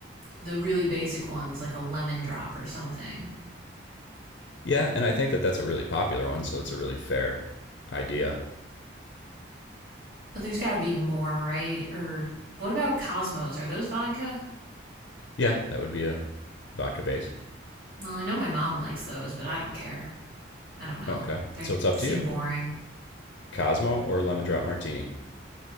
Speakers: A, on the right; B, on the left.
A: the really basic ones like a lemon drop or something.
B: Yeah, and I think that that's a really popular one, so it's a really fair idea.
A: But there's got to be more, right? Or what about Cosmos? Are those vodka?
B: Yeah, that would be a vodka base.
A: Well, I know my mom likes those, but I don't care. I don't know.
B: Okay,
A: They
B: so it's up
A: seem
B: to you
A: boring.
B: Cosmo or lemon drop martini.